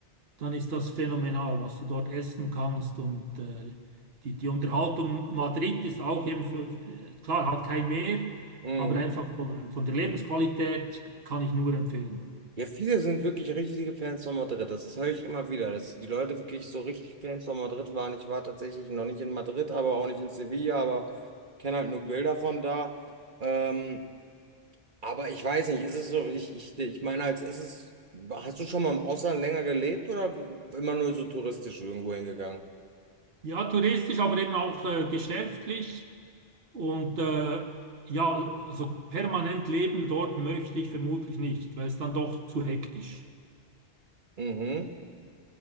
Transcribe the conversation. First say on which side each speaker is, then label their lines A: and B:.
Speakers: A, on the right; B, on the right.
A: dann ist das phänomenal, was du dort essen kannst. Und äh, die, die Unterhaltung Madrid ist auch eben für, äh, klar, hat kein Meer,
B: Mhm.
A: aber einfach von, von der Lebensqualität kann ich nur empfehlen.
B: Ja, viele sind wirklich richtige Fans von Madrid. Das höre ich immer wieder, dass die Leute wirklich so richtig Fans von Madrid waren. Ich war tatsächlich noch nicht in Madrid, aber auch nicht in Sevilla, aber kenne halt nur Bilder von da. Ähm, aber ich weiß nicht, ist es so, ich, ich, ich meine, als ist es, hast du schon mal im Ausland länger gelebt oder w- immer nur so touristisch irgendwo hingegangen?
A: Ja, touristisch, aber eben auch äh, geschäftlich. Und äh, ja, also permanent leben dort möchte ich vermutlich nicht, weil es dann doch zu hektisch.
B: Mhm.